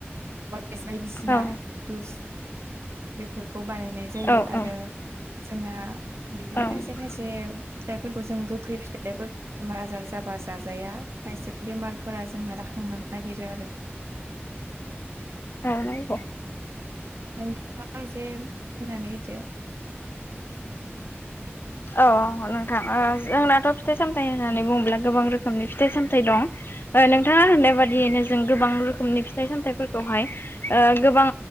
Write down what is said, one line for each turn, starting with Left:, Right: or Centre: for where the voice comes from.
Right: एस बायदिसिना
Left: औ
Right: दुस बेफोरखौ बानायनाय जायो
Left: औ
Right: आरो
Left: औ
Right: जोंना बिदिनो
Left: औ नंगौ
Right: खायसे खायसे' फिथाइफोरखौ जों गोखै फिथाइ बेमार आजार जाबा जाजाया खायसे बेमारफोरा जोंना जाखांनो नागिरो आरो।
Left: आ नगौ।
Right: नोंथा एसे बुंनानै होदो
Left: औ औ नोंथां जोंनाथ' फिथाइ सामथाइ होननानै
Right: औ
Left: बुङोब्ला गोबां रोखोम रोखोमनि फिथाइ सामथाइ दं नोंथाङा होननाय बादियैनो
Right: औ
Left: जों गोबां रोखोमनि फिथाइ सामथाइ फोरखौहाय गोबां